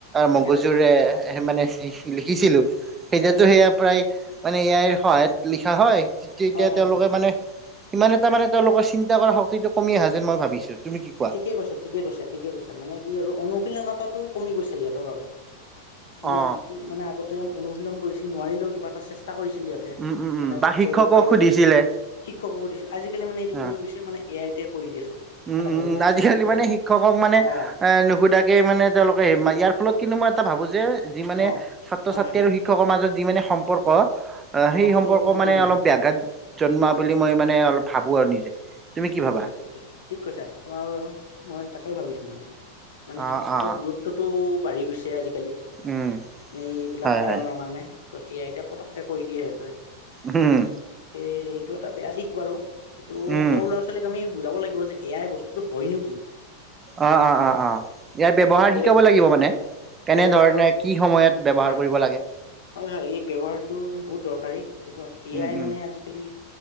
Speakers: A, on the left; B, on the right.
A: তাকে
B: মগজুৰে
A: তাকে তাকে
B: লিখিছিলোঁ সেই মানে লিখিছিলো এতিয়াটো
A: হয় হয়
B: সেয়া
A: হয়
B: প্ৰায় মানে এ আইৰ সহায়ত লিখা হয়, তেতিয়া
A: হয় হয়
B: তেওঁলোকে
A: হয়
B: মানে ইমান এটা মানে তেওঁলোকৰ চিন্তা কৰা শক্তিটো কমি আহা যেন মই ভাবিছো। তুমি কি কোৱা?
A: ঠিকে কৈছে, ঠিকে কৈছে, ঠিকে কৈছে, মানে কি আৰু অনুশীলনতাটো কমি গৈছে সিহঁতৰ বাবে। মানে
B: অ
A: যিটো আগতে অনুশীলন কৰিছিল নোৱাৰিলেও কিবা এটা চেষ্টা কৰিছিল সিহঁতে,
B: উম উম উম
A: মানে
B: বা শিক্ষকক
A: কৰিব পাৰিব
B: সুধিছিলে।
A: বুলি। শিক্ষকো সুধিছিল আজিকালি মানে এইটো
B: অ
A: কমি গৈছে মানে এ আই তে কৰি দিয়ে চব।
B: উম
A: মানে
B: উম
A: হোমৱৰ্ক
B: উম আজিকালি
A: কিবা
B: মানে শিক্ষকক মানে
A: অ
B: এ নুসুধাকে মানে তেওঁলোকে ইয়াৰ ফলত কিন্তু মই এটা ভাবো যে, যি মানে
A: অ
B: ছাত্ৰ-ছাত্ৰী
A: হয় হয়
B: আৰু শিক্ষকৰ মাজত যি মানে সম্পৰ্ক আহ
A: সম্পৰ্কটো
B: সেই সম্পৰ্ক
A: অলপমান কমিব
B: মানে অলপ বাঘাত জন্মা বুলি মই মানে অলপ ভাবো আৰু নিজে। তুমি কি
A: ঠিক
B: ভাবা?
A: কৈছা, ঠিক কৈছা, ঠিক কৈছা তোমাৰ মই তাকে ভাবিছো মানে মানে
B: অ
A: শিক্ষকৰ
B: অ
A: দূৰত্ব তো বাঢ়ি গৈছে আজিকালি
B: উম
A: এনেইবিলাক
B: হয়
A: কাৰণৰ
B: হয়
A: কাৰণে। য'ত আই এতিয়া পটককে কৰি দিয়ে সেই তোৱে।
B: হম।
A: এ এইটো এটা বেয়া দিশ বাৰু এইটো
B: উম
A: সৰু ল'ৰা-ছোৱালীক আমি বুজাব লাগিব যে এয়াই বস্ত হয় নোকি।
B: অ-অ-অ ইয়াৰ ব্যৱহাৰ
A: সেইটোয়ে
B: শিকাব
A: ভাবো
B: লাগিব মানে। কেনেধৰণে
A: ব্যৱহাৰটো
B: কি সময়ত ব্যৱহাৰ
A: হয়
B: কৰিব লাগে।
A: হয় হয় এই ব্যৱহাৰটো বহুত দৰকাৰী যিহেতু এ
B: উম,
A: আই
B: উম,
A: মানে আজি কালি